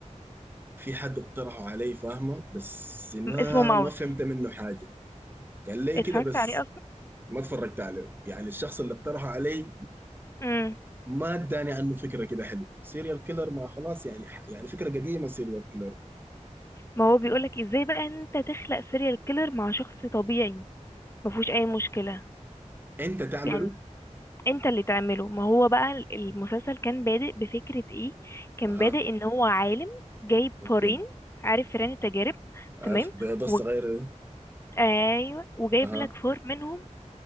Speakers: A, on the right; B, on the left.
A: في حد اقترحه علي فاهمه بس ما
B: اسمه ماوس
A: ما فهمت منه حاجة قال لي
B: اتفرجت
A: كده بس
B: عليه
A: ما اتفرجت عليه يعني الشخص اللي اقترحه علي
B: اصلا
A: ما اداني عنه فكره كده حلو سيريال كيلر ما خلاص يعني يعني فكره قديمه سيريال كيلر
B: ما هو بيقولك ازاي بقى ان انت تخلق سيريال كيلر مع شخص طبيعي ما فيهوش اي مشكلة
A: انت تعمله
B: يعني انت اللي تعمله ما هو بقى المسلسل كان بادئ بفكرة ايه كان
A: اها
B: بادئ ان هو عالم جايب
A: اوكي
B: فارين عارف فئران التجارب
A: عارف
B: تمام
A: البيضه الصغيره
B: و...
A: دي
B: ايوه وجايب
A: اها
B: لك فار منهم